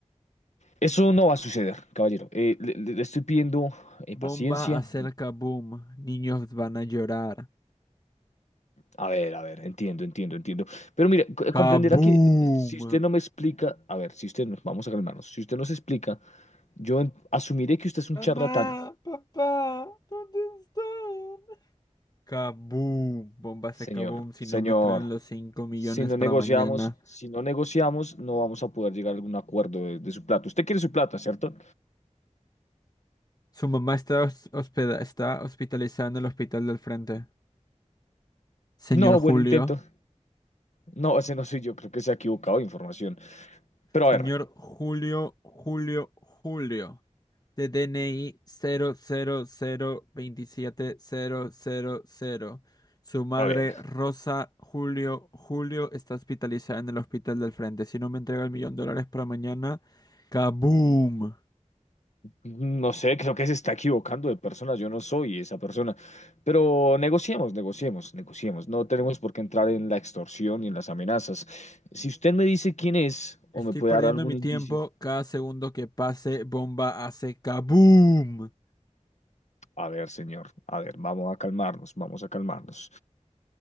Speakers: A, on the left; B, on the left.
A: Eso no va a suceder, caballero. Eh, le, le- le estoy pidiendo eh,
B: Bomba
A: paciencia.
B: acerca boom. Niños van a llorar.
A: A ver, a ver, entiendo, entiendo, entiendo. Pero mire, c- eh, comprenderá
B: ¡Kaboom!
A: que si usted no me explica, a ver, si usted, nos vamos a calmarnos, si usted nos explica, yo en- asumiré que usted es un
B: Mamá,
A: charlatán,
B: papá, ¿dónde están? Kaboom, bomba se
A: señor,
B: kaboom, si
A: señor.
B: no me traen los 5 millones
A: Si no
B: para
A: negociamos,
B: mañana.
A: si no negociamos, no vamos a poder llegar a algún acuerdo de, de su plata. Usted quiere su plata, ¿cierto?
B: Su mamá está, hos- hospeda- está hospitalizada en el hospital del frente. Señor
A: No,
B: Julio,
A: buen intento. No, ese no soy yo, creo que se ha equivocado de información. Pero
B: señor
A: a ver,
B: Julio, Julio, Julio. De D N I cero cero. cero veintisiete cero cero cero. Su madre,
A: a ver.
B: Rosa Julio, Julio, está hospitalizada en el hospital del frente. Si no me entrega el millón de dólares para mañana, kaboom.
A: Mm, No sé, creo que se está equivocando de persona. Yo no soy esa persona. Pero negociemos, negociemos, negociemos. No tenemos por qué entrar en la extorsión y en las amenazas. Si usted me dice quién es o
B: Estoy
A: me puede
B: perdiendo
A: dar algún
B: mi tiempo.
A: indicio.
B: Cada segundo que pase, bomba hace kaboom.
A: A ver, señor, a ver, vamos a calmarnos, vamos a calmarnos.